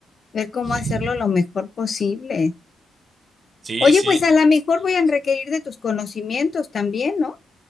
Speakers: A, on the left (about 45°); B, on the right (about 40°).
A: ver cómo
B: <laughs>
A: hacerlo lo mejor posible.
B: Sí,
A: Oye,
B: sí.
A: pues a lo mejor
B: Lo
A: voy
B: mismo.
A: a requerir de tus conocimientos también, ¿no?